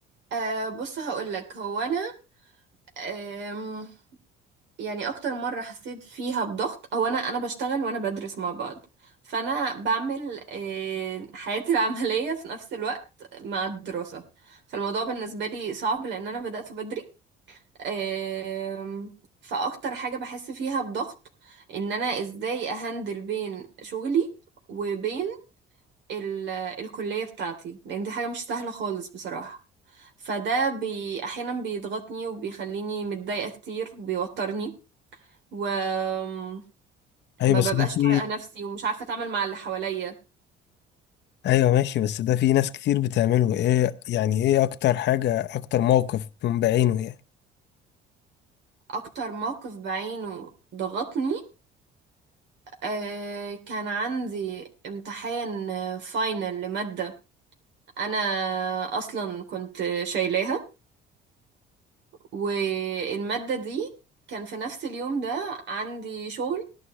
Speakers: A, on the right (about 60°); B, on the left (about 55°).
A: أه بص هقولك هو انا أم يعني اكتر مرة حسيت فيها بضغط هو انا انا بشتغل وانا بدرس مع بعض فانا بعمل أه حياتي <laughs> العملية في نفس الوقت مع الدراسة فالموضوع بالنسبة لي صعب لان انا بدأت بدري آم، فاكتر حاجة بحس فيها بضغط ان انا ازاي اهندل بين شغلي وبين ال- الكلية بتاعتي لان دي حاجة مش سهلة خالص بصراحة فده بي احيانا بيضغطني وبيخليني متضايقة كتير وبيوترني وما
B: ايوه بس
A: ببقاش
B: ده في
A: طايقة نفسي ومش عارفة اتعامل مع اللي حواليا
B: آه، ايوه ماشي بس ده في ناس كتير بتعمله ايه يعني ايه اكتر حاجة اكتر موقف من بعينه يعني
A: اكتر موقف بعينه ضغطني آه، كان عندي امتحان فاينل لمادة انا اصلا كنت شايلاها والمادة دي كان في نفس اليوم ده عندي شغل